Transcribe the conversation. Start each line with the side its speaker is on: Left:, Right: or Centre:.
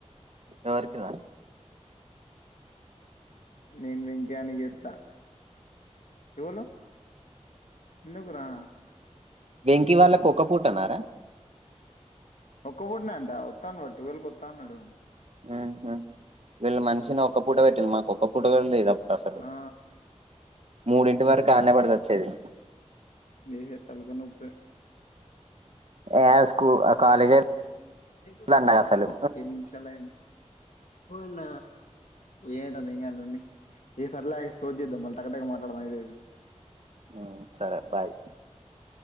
Right: ఎవరికిరా
Left: నేను వెంకనికి చెప్తా ఎవలు ఎందుకు రా
Right: వెంకీ వాళ్ళ కోక పూటనారా
Left: ఒక్కప్పుటినే అంట వత అనుడు టువల్కి వతా అన్నాడు
Right: ఊహు వళ్ళ మనిషనవ్ ఒక పూట పెట్టిల్ మాకు ఒక ఫోటోల్ దిగుదాం అసలు
Left: ఆ
Right: మూడింటి వరకు కాన్న పడతది సదే
Left: లేహే తలగనొప్పే
Right: ఏ స్కూ కాలేజ్
Left: ఏడ్
Right: దండగ అసలు
Left: నిమిషాలయింది ఓన్న ఏమవుతుంది ఇంగ లోండి ఏ సరిలే ఎక్స్ప్లోజ్ చేద్దాం మళ టక టక మాట్లాడదం ఇదైతే
Right: ఊ సరే బాయ్